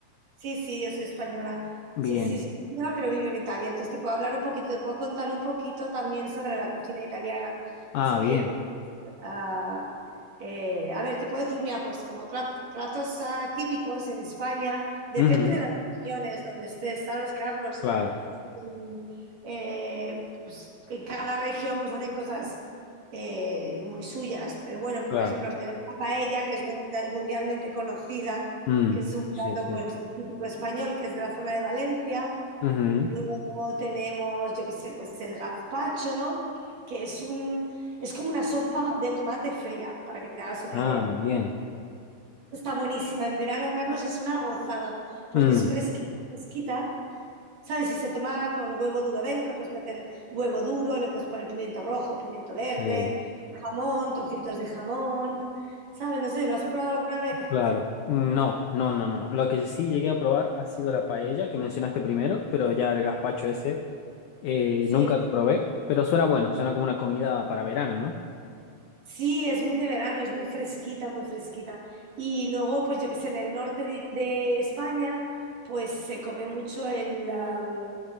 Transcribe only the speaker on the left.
Bien.
Ah,
bien.
Ujú.
Claro,
claro.
Mm,
sí, sí.
Ujú.
Ah,
bien.
Mm,
sí,
claro. No, no, no, no. Lo que sí llegué a
probar ha sido la paella que mencionaste primero, pero ya el gazpacho ese eh,
nunca lo probé, pero suena bueno, suena como una comida para verano, ¿no?